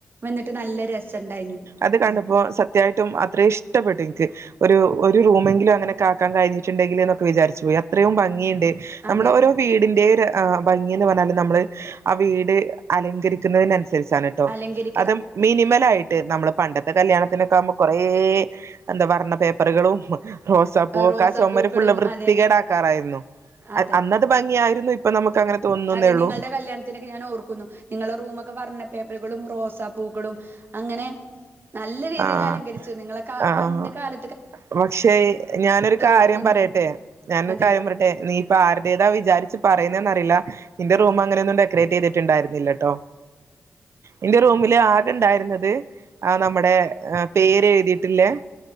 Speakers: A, on the right (about 45°); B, on the right (about 65°).
A: വന്ന്ട്ട് നല്ല രസണ്ടായിനി.
B: അത് കണ്ടപ്പോ
A: ഉം
B: സത്യായിട്ടും അത്ര ഇഷ്ടപ്പെട്ടു ൻക്ക്. ഒരു ഒരു റൂമെങ്കിലും അങ്ങനൊക്കാക്കാൻ കഴിഞ്ഞിട്ടുണ്ടെങ്കില്ന്നൊക്കെ വിചാരിച്ചു പോയി. അത്രയും ഭംഗിയുണ്ട് നമ്മുടെ
A: അതെ
B: ഒരോ വീടിന്റെ ര് ആഹ് ഭംഗിന്ന് പർഞ്ഞാല് നമ്മള് ആ വീട് അലങ്കരിക്കുന്നതിനനുസരിച്ചാണ്.
A: അലങ്കരി
B: അതും മീനിമലായി ഏഹ് നമ്മള് പണ്ടത്തെ കല്ല്യാണത്തിനൊക്കെ ആമ്പോ കൊറേ എന്താ വർണ്ണ പേപ്പറുകളും റോസാപ്പൂവൊക്കെ
A: റോസാ
B: ആ ചൊമര്
A: പൂക്കളും
B: ഫുള്ള് വൃത്തികേടാക്കാറായിരുന്നു.
A: അതെ
B: അയ്
A: അതെ
B: അന്ന ത് ഭംഗിയായിരുന്നു ഇപ്പം നമുക്ക് അങ്ങനെ തോന്നുന്നേ
A: അതെ
B: ഉള്ളൂ
A: നിങ്ങൾടെ കല്ല്യാൺത്തിനൊക്കെ ഞാനോർക്കുന്നു, നിങ്ങളെ റൂമൊക്കെ വർണ്ണ പേപ്പറ്കളും റോസാ പൂക്കളും അങ്ങനെ നല്ല രീതിയിലലങ്കരിച്ചു.
B: ആഹ്
A: നിങ്ങളെ കാ
B: ആഹ്
A: പണ്ട് കാല
B: പക്ഷെ ഞാനൊരു കാര്യം
A: ഓർക്കുന്നു.
B: പറയട്ടെ ഞാനൊരു
A: അതെ
B: കാര്യം പറെ ട്ടെ നീ ഇപ്പ ആരുടേതാ വിചാരിച്ച് പറയുന്നതന്നറിയില്ല ഇന്റെ റൂം അങ്ങനെയൊന്നും ഡെക്കറേറ്റെയ്തിട്ട്ണ്ടായിരുന്നില്ലട്ടോ, ഇന്റെ റൂമില് ആ കെണ്ടായിര്ന്നത് ആ നമ്മുടെ ഏഹ് പേര് എഴുതിയിട്ടില്ലേ